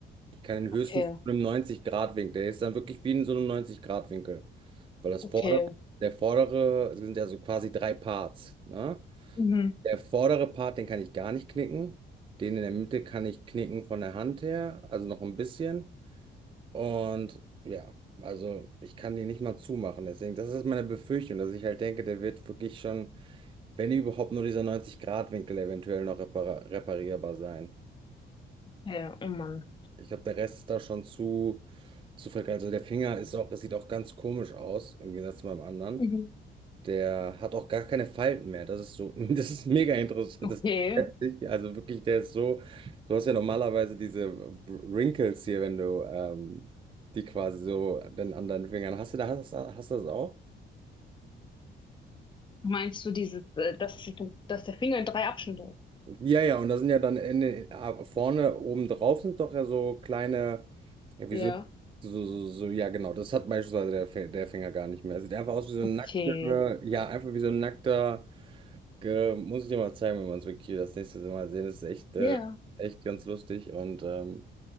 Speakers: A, on the right (about 25°); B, on the left (about 25°).
A: Ich kann ihn höchstens
B: Okay,
A: mit einem 90-Grad-Winkel. Der ist dann wirklich wie in so einem 90-Grad-Winkel. Weil das
B: okay.
A: vordere, der vordere, es sind ja so quasi drei Parts. Ne?
B: Mhm.
A: Der vordere Part, den kann ich gar nicht knicken. Den in der Mitte kann ich knicken von der Hand her, also noch ein bisschen. Und ja, also ich kann den nicht mal zumachen. Deswegen, das ist meine Befürchtung, dass ich halt denke, der wird wirklich schon, wenn überhaupt, nur dieser 90-Grad-Winkel eventuell noch repara reparierbar sein.
B: Ja, oh Mann.
A: Ich glaube, der Rest ist da schon zu, zu verk- Also der Finger ist auch, es sieht auch ganz komisch aus, im Gegensatz zu meinem anderen.
B: Mhm.
A: Der hat auch gar keine Falten mehr. Das ist so, <laughs> das ist mega interessant.
B: Okay.
A: Das ist heftig. Also wirklich, der ist so, du hast ja normalerweise diese Wrinkles hier, wenn du ähm, die quasi so dann an deinen Fingern hast. Du da hast, hast du das auch?
B: Meinst du dieses, äh, dass, ich, dass der Finger in drei Abschnitte ist?
A: Ja, ja, und da sind ja dann in, den- ah, vorne oben drauf sind doch ja so kleine, ja, wie
B: Ja.
A: so, so, so, so, ja, genau, das hat beispielsweise der, Fi- der Finger gar nicht mehr. Er Sieht einfach aus wie so
B: Okay.
A: ein nackter, ja, einfach wie so ein nackter, ge- muss ich dir mal zeigen, wenn wir uns wirklich das nächste Mal sehen. Das ist echt, äh,
B: Ja.
A: echt ganz lustig und ähm,